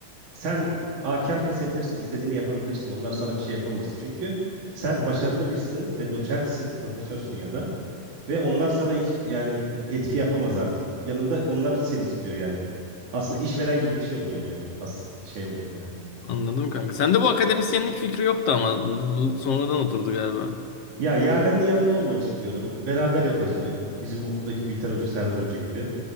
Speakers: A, on the right; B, on the left.
A: Sen hakem kesebilirsin, istediğini yapabilirsin. Onlar sana bir şey yapamaz. Çünkü sen başarılı birisin ve doçentsin, profesörsün ya da ve onlar sana hiç, yani bir etki yapamaz artık. Yanında onlar seni istiyor yani. Aslında işveren gibi bir şey oluyorsun yani. As şey oluyor yani.
B: Anladım kanka. Sende bu akademisyenlik fikri yoktu ama bu sonradan oturdu galiba.
A: Ya Yaren'in yanında olmak istiyorum. Beraber yaparız diyorum. Bizim okuldaki Biter Hoca, Serdar Hoca gibi.